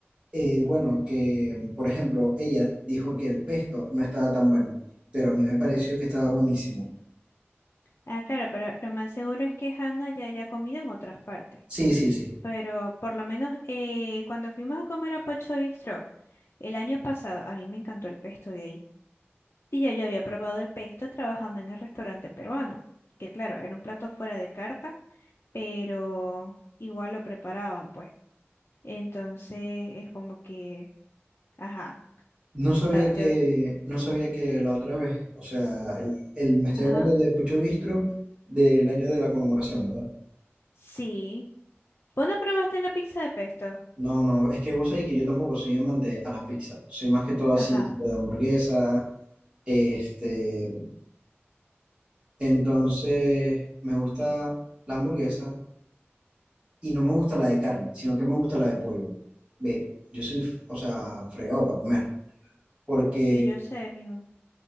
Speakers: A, on the right; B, on the left.
A: eh, bueno, que por ejemplo, ella dijo que el pesto no estaba tan bueno, pero a mí me pareció que estaba buenísimo.
B: Ah, claro, pero lo más seguro es que Hannah ya haya comido en otras partes.
A: Sí, sí, sí.
B: Pero por lo menos eh, cuando fuimos a comer a Pocho Bistro el año pasado, a mí me encantó el pesto de ahí. Y ya yo había probado el pesto trabajando en el restaurante peruano, que claro, era un plato fuera de carta, pero igual lo preparaban, pues. Entonces es como que, ajá,
A: No sabía
B: sab-
A: que,
B: yo,
A: no sabía que la otra vez, o sea, el, el- me estoy
B: ajá,
A: hablando de Pocho Bistro del año de la conmemoración, ¿verdad?
B: sí. ¿Vos no probaste la pizza de pesto?
A: No, no, es que vos sabés que yo tampoco soy amante a la pizza. Soy más que todo así,
B: Ajá,
A: tipo de hamburguesa, este, Entonces, me gusta la hamburguesa y no me gusta la de carne, sino que me gusta la de pollo. Ve, yo soy, f- o sea, fregado para comer, porque
B: sí, yo sé, mijo.